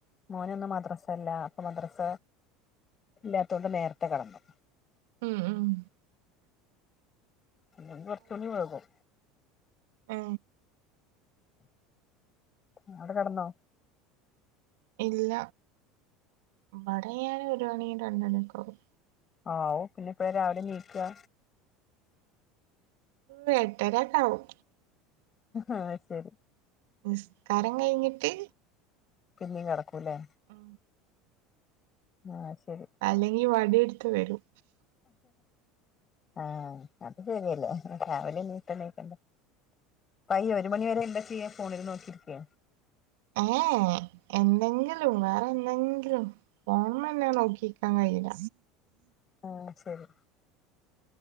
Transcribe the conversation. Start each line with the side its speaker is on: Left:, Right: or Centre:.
Left: മോൻ ഇന്ന് മദ്രസല്ല അപ്പം മദ്രസ ഇല്ലാത്തോണ്ട് നേരത്തെ കടന്നു
Right: ഉം ഉം
Left: ഇല്ലെങ്കി കൊറച്ചൂടി വേഗും
Right: മ്
Left: അവിടെ കെടന്നോ
Right: ഇല്ല ഇവടെ ഞാൻ ഒരു മണി രണ്ടണി ഒക്കെ ആവും
Left: ആഹു പിന്നെ എപ്പഴാ രാവിലെ നീക്കാ
Right: ഒരു എട്ടരക്കെ ആവും
Left: ആഹ് ശരി
Right: നിസ്കാരം കഴിഞ്ഞിട്ട്
Left: പിന്നിം കെടക്കൂലേ
Right: മ്
Left: ആഹ ശരി
Right: അല്ലെങ്കിൽ വടി ഇട്ത്ത് വരും
Left: ആഹ അത് ശരിയല്ലേ രാവില നേരത്തെണീക്കണ്ടേ പയ്യ ഒരു മണിവരെ എന്താ ചെയ്യാ ഫോണില് നോക്കിരിക്കേ
Right: ഏഹേ എന്തെങ്കിലും വേറെ എന്തെങ്കിലും ഫോണ്മേന്നേ നോക്കി കയില്ല
Left: ആഹ് ശരി